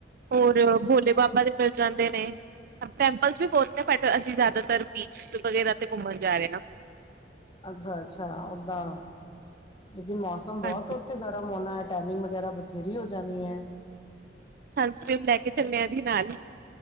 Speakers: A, on the right; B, on the left.
A: ਹੋਰ ਭੋਲੇ ਬਾਬਾ ਦੇ ਮਿਲ ਜਾਂਦੇ ਨੇ ਟੈਂਪਲਸ ਵੀ ਬਹੁਤ ਨੇ ਬਟ ਅਸੀਂ ਜ਼ਿਆਦਾਤਰ ਬੀਚ ਵਗੈਰਾ ਤੇ ਘੁੰਮਣ ਜਾ ਰਹੇ ਹ
B: ਅੱਛਾ ਅੱਛਾ ਓਦਾਂ ਲੇਕਿਨ ਮੌਸਮ ਬਹੁਤ
A: ਹਾਂਜੀ।
B: ਉੱਥੇ ਗਰਮ ਹੋਣਾ ਹੈ ਟੈਨਿੰਗ ਵਗੈਰਾ ਬਥੇਰੀ ਹੋ ਜਾਂਣੀ ਹੈ
A: ਸਨਸਕ੍ਰਰੀਨ ਲੈ ਕੇ ਚੱਲਿਆ ਜੀ ਨਾਲ ਹੀ